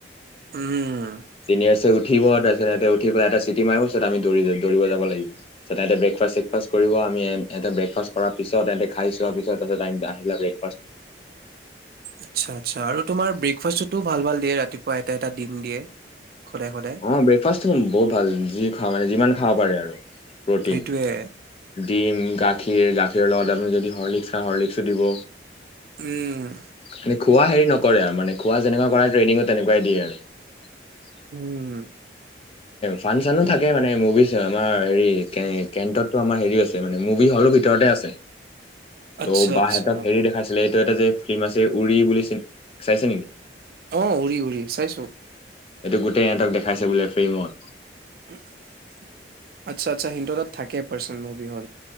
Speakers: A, on the right (about 50°); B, on the left (about 30°).
A: উম,
B: চিনিয়েৰছে থিব আৰু তাৰ পিছ <unintelligible> সিহঁতে উঠিব উঠিপেলাই এটা চিটি মাৰিব পিছত আমি দৌৰি লৈ দৌৰিব যাব লাগিব তাৰ পিছত সিহঁতে ব্ৰেকফাষ্ট চ্ৰেকফাষ্ট কৰিব আমি এহতে ব্ৰেকফাষ্ট কৰাৰ পিছত সিহঁতে খাই চোৱাৰ পিছত তাৰ পিছত আমি আৰ্হিলা ব্ৰেক
A: আচ্ছা আচ্ছা আৰু তোমাৰ ব্ৰেকফাষ্টতো ভাল ভাল দিয়ে ৰাতিপুৱা এটা এটা দি দিয়ে সদায় সদায়
B: অ ব্ৰেকফাষ্ট ত বহুত ভাল যি খোৱা মানে যিমান খাব পাৰে আৰু প্ৰটিন
A: সেইটোয়ে
B: ডিম গাখীৰ গাখীৰৰ লগত আমি যদি হৰ্লিক্স খাওঁ হৰ্লিক্সো দিব
A: উম
B: মানে খোৱা হেৰি নকৰে আৰু মানে খোৱা যেনেকুৱা কৰা ট্ৰেইনিঙো তেনেকুৱাই দিয়ে আৰু
A: উম্ উম্
B: চাঞ্চ থাকে মানে মুভিছ আমাৰ হেৰি কে কেন্টিনত তো আমাৰ হেৰি আছে মানে মো সি হ'লো ভিতৰতে আছে
A: আচ্ছা
B: ত' বাহেতক
A: আচ্ছা।
B: হেৰি দেখাইছিলে টো এটা যে ফিল্ম আছে উৰি বুলি চি চাইছে নেকি
A: অ উৰি উৰি চাইছো
B: এটো টো সিহঁতক দেখাইছে বোলে ফ্লিমত
A: আচ্ছা আচ্ছা সিন্ধুৰাত থাকে পাৰ্চন মুভি হল